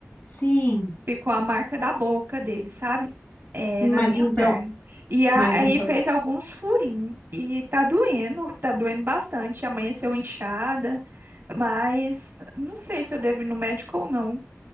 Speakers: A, on the left (about 30°); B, on the right (about 45°).
A: Sim.
B: Ficou a marca da boca dele, sabe? É,
A: Mas
B: na minha
A: então,
B: perna. E a-
A: mas
B: aí
A: então
B: fez alguns furinhos. E tá doendo, <laughs> tá doendo bastante. Amanheceu inchada, mas não sei se eu devo ir no médico ou não